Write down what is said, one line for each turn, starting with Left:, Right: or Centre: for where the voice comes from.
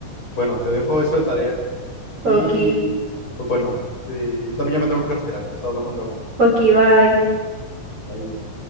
Left: Bueno, te dejo eso de tarea
Right: Ok,
Left: y pues bueno, eh, yo también ya me tengo que retirar, entonces hablamos luego.
Right: ok, bye.
Left: Bye.